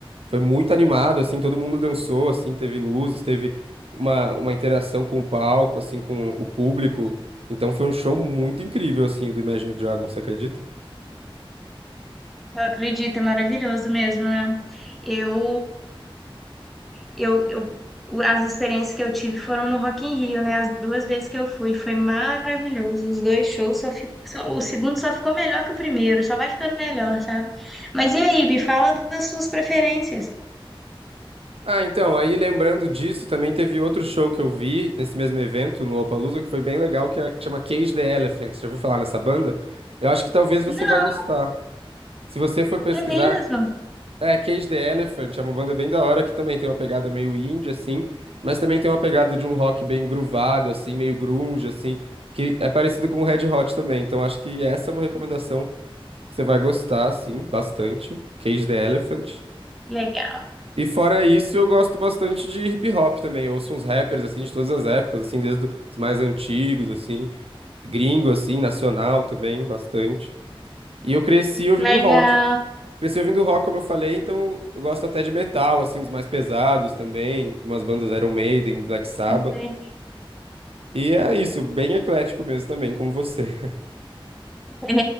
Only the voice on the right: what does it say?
Foi muito animado, assim, todo mundo dançou, assim, teve luzes, teve uma, uma interação com o palco, assim, com o público. Então foi um show muito incrível, assim, o do Imagine Dragons, você acredita?
Ah, então, aí lembrando disso, também teve outro show que eu vi nesse mesmo evento, no Lollapalooza, que foi bem legal, que é- que chama Cage the Elephant. Você já ouviu falar nessa banda? Eu acho que talvez você
vá gostar. Se você for pesquisar,
é Cage the Elephant, é uma banda bem da hora, que também tem uma pegada meio indie, assim, mas também tem uma pegada de um rock bem groovado, assim, meio grunge, assim, que é parecido com o Red Hot também. Então, acho que essa é uma recomendação que você vai gostar, assim, bastante. Cage the Elephant.
E fora isso, eu gosto bastante de hip hop também. Eu ouço uns rappers assim de todas as épocas, assim, desde os mais antigos, assim, gringo assim, nacional também, bastante. E eu cresci ouvindo
rock. Cresci ouvindo rock, como eu falei, então eu gosto até de metal, assim, dos mais pesados também, de umas bandas Iron Maiden, Black Sabbath.
E é isso, bem eclético mesmo também, como você.